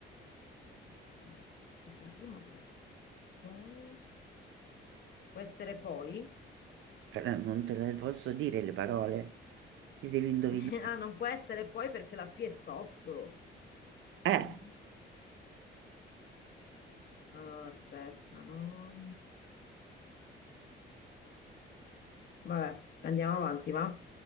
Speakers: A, on the left; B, on the right.
A: La seconda della prima parola. Poi, può essere poi?
B: Eh, Non te le posso dire le parole, ti devi indovinare.
A: <laughs> Ah, non può essere poi perché la P è sotto.
B: Eh,
A: No. Ah, aspetta, no. Vabbè, andiamo avanti, va?